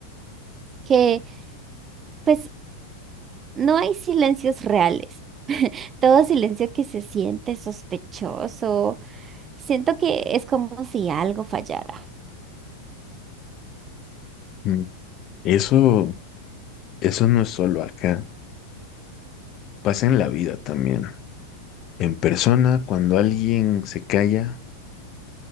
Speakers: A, on the right; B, on the left.
A: Que pues no hay silencios reales. <laughs> Todo silencio que se siente sospechoso. Siento que es como si algo fallara.
B: Mm, Eso, eso no es solo acá, pasa en la vida también. En persona, cuando alguien se calla,